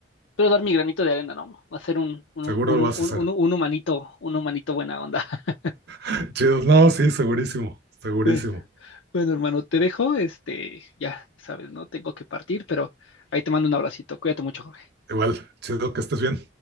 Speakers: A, on the left; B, on the right.
A: pero dar mi granito de arena, ¿no? Hacer un, un,
B: Seguro
A: un,
B: lo
A: un,
B: vas a hacer.
A: un, un humanito, un humanito buena onda. <laughs>
B: <laughs> Chido. No, sí, segurísimo, segurísimo.
A: Bueno, bueno, hermano, te dejo, este, ya sabes, ¿no? Tengo que partir, pero ahí te mando un abracito. Cuídate mucho, Jorge.
B: Igual, chido que estés bien.